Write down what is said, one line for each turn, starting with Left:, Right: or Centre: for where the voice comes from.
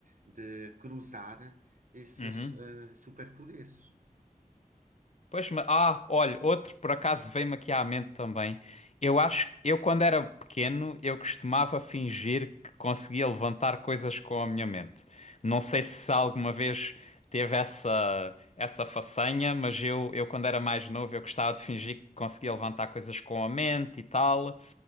Right: de cruzar esses
Left: Uhum.
Right: eh, superpoderes.
Left: Pois, mas, ah, olha, outro por acaso veio-me aqui à mente também. Eu acho, eu quando era pequeno, eu costumava fingir que conseguia levantar coisas com a minha mente. Não sei se alguma vez teve essa essa façanha, mas eu, eu quando era mais novo, eu gostava de fingir que conseguia levantar coisas com a mente e tal.